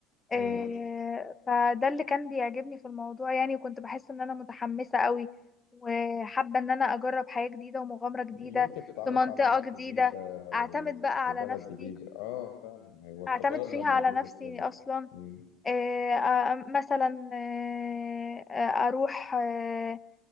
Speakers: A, on the left; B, on the left.
A: آه،
B: امم
A: فده اللي كان بيعجبني في الموضوع يعني وكنت بحس ان انا متحمسة قوي وحابة ان انا اجرب حياة جديدة ومغامرة جديدة
B: ان انت تتعرف
A: في منطقة
B: على ناس جديده
A: جديدة
B: وإن
A: اعتمد
B: في
A: بقى
B: بلد
A: على نفسي
B: جديده اه فعلا هو التغير
A: اعتمد فيها
B: لما
A: على
B: بيجي
A: نفسي
B: في كده
A: اصلا
B: امم
A: آه، آه، مثلا آه، آه، اروح آه،